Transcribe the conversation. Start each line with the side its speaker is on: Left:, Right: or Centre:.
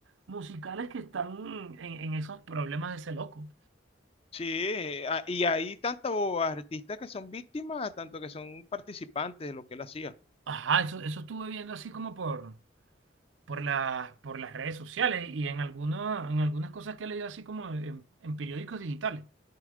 Right: musicales que están en, en esos problemas de ese loco.
Left: Sí, eh, a- y hay tantos artistas que son víctimas, tanto que son participantes de lo que él hacía.
Right: Ajá, eso, eso estuve viendo así como por, por las, por las redes sociales y en alguna, en algunas cosas que he leído así como en, en periódicos digitales.